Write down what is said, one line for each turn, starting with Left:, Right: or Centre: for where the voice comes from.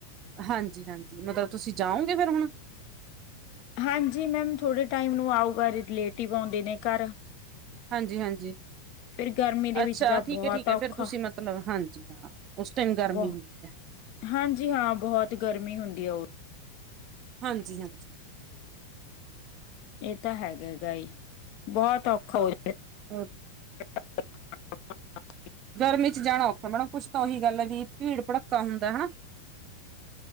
Right: ਹਾਂਜੀ, ਹਾਂਜੀ, ਮਤਬ ਤੁਸੀਂ ਜਾਓਗੇ ਫੇਰ ਹੁਣ?
Left: ਹਾਂਜੀ ਮੈਮ, ਥੋੜੇ ਟਾਈਮ ਨੂੰ ਆਊਗਾ ਰਿਲੇਟਿਵ ਆਉਂਦੇ ਨੇ ਘਰ
Right: ਹਾਂਜੀ, ਹਾਂਜੀ
Left: ਫਿਰ ਗਰਮੀ ਦੇ
Right: ਅੱਛਾ
Left: ਵਿੱਚ ਤਾਂ
Right: ਠੀਕ
Left: ਬਹੁਤ
Right: ਐ, ਠੀਕ ਐ।
Left: ਔਖਾ
Right: ਫਿਰ ਤੁਸੀਂ ਮਤਲਬ ਹਾਂਜੀ ਹਾਂ ਉਸ ਟਾਈਮ ਗਰਮੀ
Left: ਬਹੁਤ
Right: ਹੁੰਦੀ ਹੈ।
Left: ਹਾਂਜੀ ਹਾਂ ਬਹੁਤ ਗਰਮੀ ਹੁੰਦੀ ਆ ਉਹ,
Right: ਹਾਂਜੀ, ਹਾਂਜੀ।
Left: ਇਹ ਤਾਂ ਹੈਗੇ ਗਾਈ, ਬੋਤ ਔਖਾ ਹੋ ਜਾ
Right: ਹ
Left: <inaudible>
Right: ਗਰਮੀ ਚ ਜਾਣਾ ਔਖਾ ਮੈਡਮ ਕੁਛ ਤਾਂ ਓਹੀ ਗੱਲ ਐ ਵੀ ਭੀੜ ਭੜੱਕਾ ਹੁੰਦਾ ਹੈਣਾ।